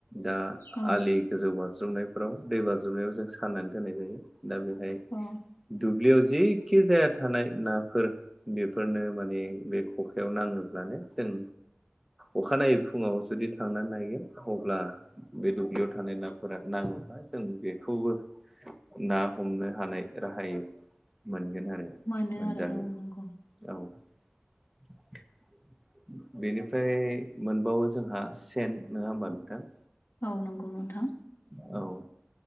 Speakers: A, in the centre; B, on the left.
A: दा
B: औ
A: आलि गोजौ बाज्रुमनायफोराव दै बाज्रुमनायाव जों साननानै दोननाय जायो दा बेहाय।
B: औ
A: दुब्लियाव जेखि जाया थानाय नाफोर बेफोरनो माने। बे खखायाव नाङोब्लानो जों अखानायै फुङाव जुदि थांनानै नागिर अब्ला बे दुब्लियाव थानाय नाफोरा नाङोबा जों बेखौबो। ना हमनो हानाय राहाय मोनगोन आरो।
B: मोनो
A: मोनजागोन
B: आरो औ नंगौ।
A: औ <unintelligible> बेनिफ्राय मोनबावो जोंहा सेन नङा होमबा नोंथां।
B: औ नंगौ नंगौ।
A: औ।